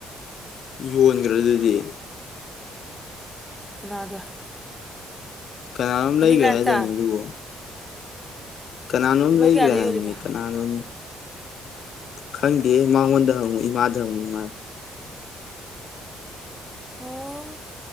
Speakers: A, on the left (about 65°); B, in the centre.
A: ꯌꯣꯟꯒꯔꯥ ꯗꯨꯗꯤ
B: ꯀꯥꯅꯥꯗ
A: ꯀꯅꯥꯅꯣꯝ
B: ꯃꯅꯤꯡꯂꯥꯛꯇ
A: ꯂꯩꯒꯔꯦ ꯍꯥꯏꯗꯥꯏꯅꯦ ꯑꯗꯨꯕꯣ ꯀꯅꯥꯅꯣꯝ
B: ꯂꯨꯄꯥ
A: ꯂꯩꯒ꯭ꯔꯦ
B: ꯀꯌꯥꯗ ꯌꯣꯜꯂꯤꯕ
A: ꯍꯥꯏꯝꯅꯤ ꯅꯍꯥꯟ ꯅꯣꯡꯃ ꯈꯪꯗꯦ ꯃꯉꯣꯟꯗ ꯍꯪꯉꯨ ꯏꯃꯥꯗ ꯍꯪꯉꯨ ꯏꯃꯥ
B: ꯑꯣ